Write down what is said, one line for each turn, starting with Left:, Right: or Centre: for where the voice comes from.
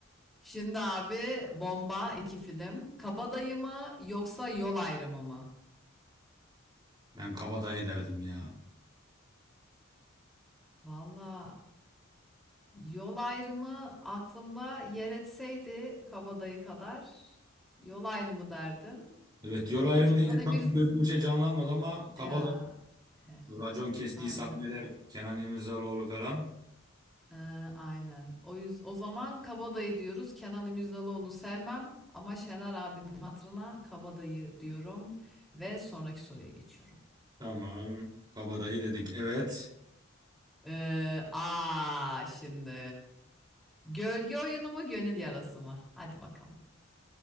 Centre: Şimdi abi Bomba iki film Kabadayı mı yoksa Yol Ayrımı mı?
Right: Ben kabadayı derdim ya.
Centre: Valla Yol ayrımı aklımda yer etseydi kabadayı kadar yol ayrımı derdim.
Right: Evet yol ayrımı
Centre: Kenan
Right: deyince
Centre: Emir
Right: çok gözümde bir şey canlanmadı ama kabadayı.
Centre: ya e,
Right: Racon kestiği
Centre: aynen.
Right: sahneler Kenan İmirzalıoğlu falan.
Centre: E, aynen. O yüz o zaman kabadayı diyoruz. Kenan İmirzalıoğlu'nu sevmem ama Şener abinin hatırına kabadayı diyorum ve sonraki soruya geçiyorum.
Right: Tamam kabadayı dedik. Evet
Centre: Ee, aa şimdi gölge oyunu mu gönül yarası mı? Hadi bakalım.